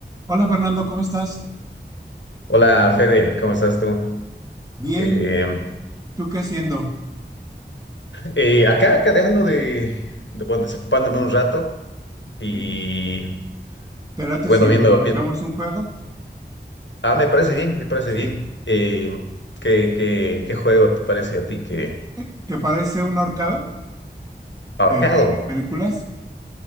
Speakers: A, on the right; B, on the left.
A: Hola Fernando, ¿cómo estás?
B: Hola Fede, ¿cómo estás tú?
A: Bien,
B: Eh,
A: ¿tú qué haciendo?
B: eh, acá, acá dejando de, de, bueno, desocupándome un rato y
A: Ok. ¿Te late
B: bueno,
A: si
B: viendo
A: nos aventamos
B: bien.
A: un juego?
B: Ah, me parece bien, me parece
A: ¿Sí?
B: bien. Eh, ¿qué, qué- qué juego te parece a ti que
A: ¿Qué? ¿Te parece un ahorcado
B: ahorcado?
A: de películas?